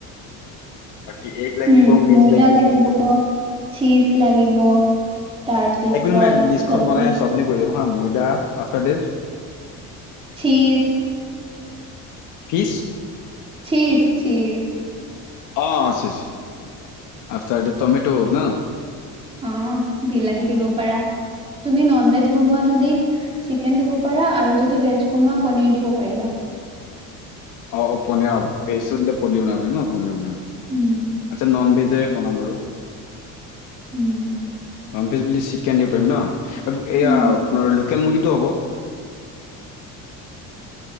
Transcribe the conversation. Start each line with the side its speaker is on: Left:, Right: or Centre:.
Right: <inaudible>
Left: বাকী এগ লাগিব
Right: উম
Left: মিল্ক
Right: ময়দা লাগিব চিজ লাগিব তাৰপিছত
Left: এক মিনিট মই লিষ্টখন
Right: চবজি
Left: বনাই আছো আপুনি কৈ যাব হা ময়দা আচাৰেজ
Right: চিছ
Left: ফিচ্
Right: চিচ্ চিচ্
Left: অ চিচ্ আফটাৰ ডে টমেট ন
Right: অ বিলাহী দিব পাৰা তুমি নন ভেজ বনোৱা যদি চিকেন দিব পাৰা আৰু যদি ভেজ বনোৱা পনীৰ দিব পাৰিবা
Left: অ অ পনি অ ভেজটো দিলে পনিৰ বনাব পাৰি ন পনিৰ বন
Right: উম,
Left: আচ্ছা ননভেজ জে বনাম বাৰু
Right: উম
Left: নন ভেজ বুলি চিকেন দিব পাৰি ন অব
Right: উম,
Left: এয়া আপোনাৰ লোক কেল মুৰ্গীটো হ'ব